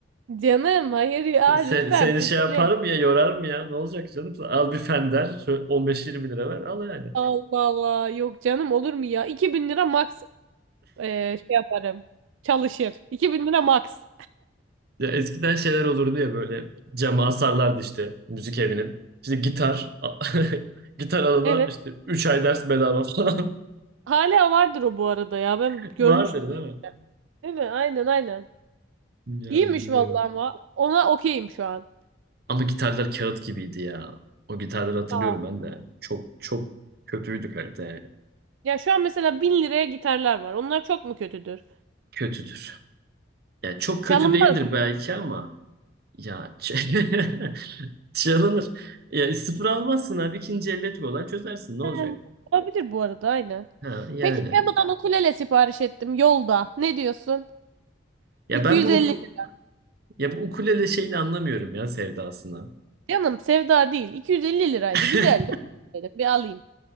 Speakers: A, on the right (about 80°); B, on the right (about 55°).
A: Canım hayır ya lütfen
B: Sen, seni
A: biz
B: şey yaparım
A: böyle
B: ya yorarım ya ne olacak canım al bir fender şöyle 15-20 lira ver al yani.
A: Allah Allah yok canım olur mu ya 2000 lira max e, şey yaparım çalışır 2000 lira max.
B: Ya eskiden şeyler olurdu ya böyle cama asarlardı işte müzik evinin. İşte gitar <laughs> gitar alana
A: Evet.
B: işte 3 ay ders bedava falan
A: Hala vardır o bu arada ya. Ben
B: <laughs>
A: görmüştüm
B: vardır değil mi?
A: Değil mi? Aynen aynen.
B: Ya
A: İyiymiş
B: bilmiyorum.
A: vallahi ama ona okeyim şu an.
B: Ama gitarlar kağıt gibiydi ya. O gitarları hatırlıyorum
A: Aa.
B: ben de. Çok çok kötüydü kalite yani.
A: Ya şu an mesela bin liraya gitarlar var. Onlar çok mu kötüdür?
B: Kötüdür. Yani çok kötü
A: Çalınmaz
B: değildir
A: mı?
B: belki ama ya <laughs> Çalınır. Ya sıfır almazsın abi. ikinci elle olan çözersin. Ne olacak?
A: He, olabilir bu arada aynen.
B: Ha yani.
A: Peki Temu'dan ukulele sipariş ettim yolda. Ne diyorsun?
B: Ya
A: 250
B: ben bu uku,
A: lira.
B: ya bu ukulele şeyini anlamıyorum ya sevdasını.
A: Canım sevda değil. 250 liraydı.
B: <laughs>
A: Güzeldi. Dedim bir alayım.